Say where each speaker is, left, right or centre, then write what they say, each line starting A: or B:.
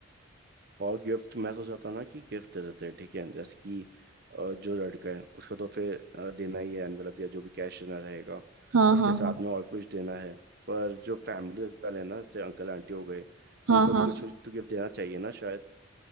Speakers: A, on the right; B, on the right.
A: और गिफ्ट मैं सोच रहा था ना कि गिफ्ट दे देते हैं ठीक है जैसे कि अ, जो लड़का है उसको तो फिर अ, देना ही है एनवेलप या जो भी कैश देना रहेगा
B: हाँ
A: उसके
B: हाँ
A: साथ
B: हाँ
A: में और कुछ देना है पर जो फैमिली वाले हैं ना जैसे अंकल आंटी हो गए
B: हाँ
A: उनको
B: हाँ
A: भी कुछ कुछ तो गिफ्ट देना चाहिए ना शायद